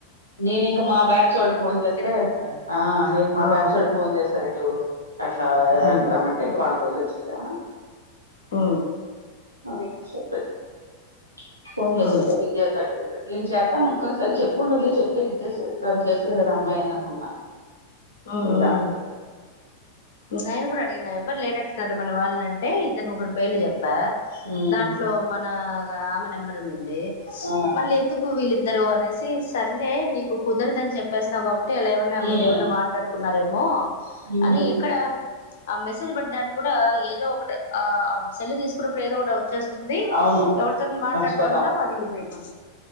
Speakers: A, on the right; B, on the left.
A: నేను ఇంక మా బ్యాచ్ వాళ్ళు ఫోన్ చేస్తే
B: కదా
A: ఆ నేను మా
B: ఆ
A: బ్యాచ్ వాళ్ళు ఫోన్ చేస్తారు ఇటు అట్లా వెళ్దామంటే
B: ఉమ్
A: ఇంకా వాళ్ళు తెలియ వచ్చసా
B: హ
A: అ చెప్ప <unintelligible>
B: ఉమ్
A: విద్యార్థ అ ట నేను చేద్దాం అనుకోొని సరే చెప్పు ఉండదులే చెప్తే విజ తను చేస్తుంది కదా అమ్మాయి అని అనుకున్నా
B: ఆ
A: చూడ్లా
B: ఆ నైను కూడా అడిగినా ఎవరు లేట్టుతారారు మన వాళ్ళంట అంటే ఇద్దరు ముగ్గురు పేళ చెప్పా
A: ఉమ్
B: దాంట్లో మన ఆమె నెంబర్ ఉన్నింది
A: ఆ
B: మళ్ళీ ఎందుకు వీళ్ళిద్దరు అనేసి సర్లే నీకు కుదరదుని చెప్పేసావు కాబట్టి అంటేలా ఏమన్నా
A: ఉమ్
B: మీరేమైన్నా మాట్లాడుకున్నారేమో
A: ఉమ్
B: అని ఎక్కడ ఆ మెసేజ్ పెట్టడానికి కూడా ఏదో ఒకటి సెల్లి తీసుకున్నప్పుడు ఏదో ఒకటి వచ్చే
A: అవును
B: ఎవరితో మాట్లాడుతూ
A: మర్చిపోతాం
B: ఉంటో అది ఇద అైపోతుంది